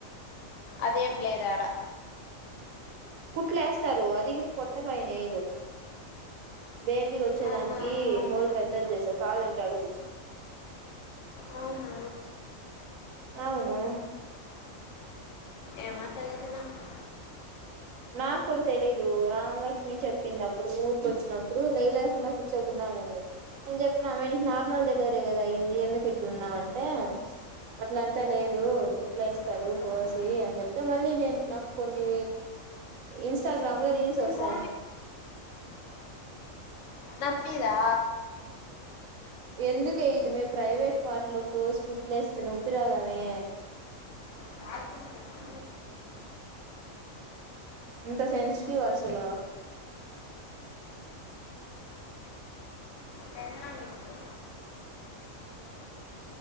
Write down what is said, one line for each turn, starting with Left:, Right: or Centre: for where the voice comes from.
Left: అదేం లేదాడా
Right: కుట్లేస్తారు అది పొట్టపైన ఏయరు బేబీ వచ్చేదానికి
Left: ఆహా అవు-
Right: హోల్ పెద్దది చేసారు కావాలంటే అడుగు
Left: అవున
Right: అవును
Left: ఏమో తెలీదు నాకు
Right: నాకు కూడా తెలీదు రామలక్ష్మి చెప్పింది. అప్పుడు ఊరిక వచ్చినప్పుడు లే లేకుండా కూర్చోకుండా అంది. నేను చెప్పిన ఆమెకు నార్మల్ డెలివరీ కదా అయ్యింది ఎందుకు ఇట్లున్నావంటే, అట్ల అంతా లేదు కుట్లా వేస్తారు
Left: ఉమ్,
Right: కోసి అని చెప్తే మళ్ళీ నేను నాకు కొన్ని ఇన్స్టాగ్రామ్ లో రీల్స్ వస్
Left: పో నప్పిదా
Right: ఎందుకే ఇది మే, ప్రైవేట్ పార్టలో కోర్స్ కుట్లేస్తే నొప్పి రాదామే
Left: ఛార్జింగ్ పెట్టు
Right: ఇంత సెన్సిటివ్ అసలు
Left: తినాలి ఇప్పుడు